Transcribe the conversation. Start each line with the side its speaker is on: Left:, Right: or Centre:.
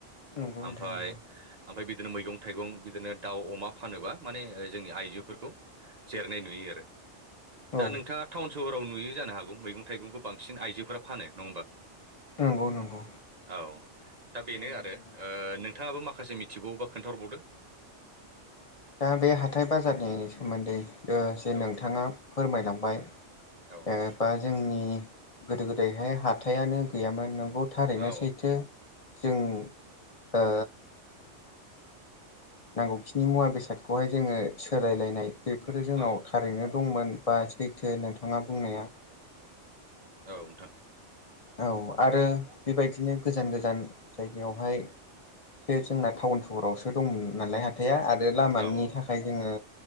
Left: नंगौ नोंथां
Right: ओमफाय
Left: नंगौ
Right: ओमफाय बिदिनो मैगं थाइगं बिदिनो दाउ अमा फानोब्ला माने जोंनि आइजोफोरखौ जिरायनाय नुयो आरो दा
Left: औ
Right: नोंथाङा टाउन सहराव नुयो जानो हागौ मैगं थाइगंखौ बांसिन आइजोफोरा फानो नङा होमबा
Left: नंगौ नंगौ
Right: औ दा बेनो
Left: नुनो
Right: आरो
Left: मोनो
Right: नोंथाङाबो माखासे मिथि मिथिबावोबा खोनथाहरबावदो
Left: दा बे हाथाय बाजारनि सोमोनदै ओ जे
Right: औ
Left: नोंथाङा फोरमायलांबाय
Right: औ नोंथां
Left: ओ बा जोंनि गोदो गोदायहाय हाथायानो गैयामोन नंगौ थारैनो
Right: औ
Left: सैथो जों ओ नांगौखिनि मुवा बेसादखौहाय जोङो सोलायलायनाय बेफोरो जोंनाव
Right: औ नोंथां औ
Left: थारैनो दंमोन बा सैथो नोंथाङा बुंनाया
Right: औ नोंथां
Left: औ आरो बेबायदिनो गोजान गोजान जायगायावहाय जोंना टाउन सहरावसो दंमोन नालाय हाथाइया आरो आरो लामानि
Right: औ नोंथां औ
Left: थाखाय
Right: नोंथां औ
Left: जोङो